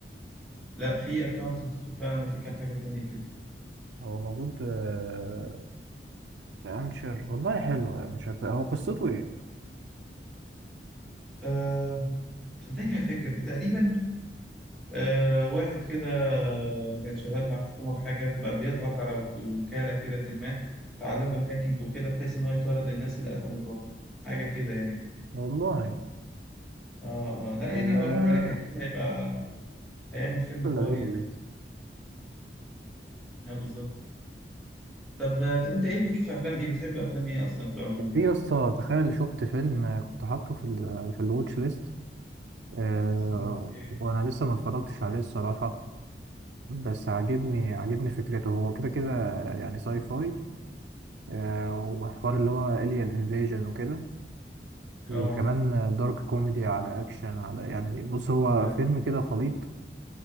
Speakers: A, in the centre; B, on the right.
A: لا في اكونت التاتو فعلا وفي كام حاجة تانية كده
B: هو موجود آه، في امشر والله حلو امشر هو قصته ايه
A: أه صدقني ما فاكر تقريبا أه واحد كده كان شغال مع الحكومة في حاجة بقى بيضغط على وك- وكالة كده ما تعلموا الهاكينج وكده بحيث إن هو يطارد الناس اللي قتلوا مراته حاجة كده يعني
B: والله
A: اه آه. لا
B: آه
A: يعني هو رامي مالك أكيد هيبقى هيعمل فيلم
B: لذيذ
A: حوار يعني اه بالظبط طب طب انت ايه ليك في افلام ايه بتحب افلام ايه اصلا في العموم
B: في يا اسطى تخيل شفت فيلم كنت حاطه في ال في الواتش ليست آه
A: اوكي
B: وانا لسه ما اتفرجتش عليه الصراحه بس عاجبني عاجبني فكرته هو كده كده يعني ساي فاي آه وحوار اللي هو alien invasion وكده وكمان
A: اه
B: دارك كوميدي على اكشن على يعني بص هو
A: اه
B: فيلم كده خليط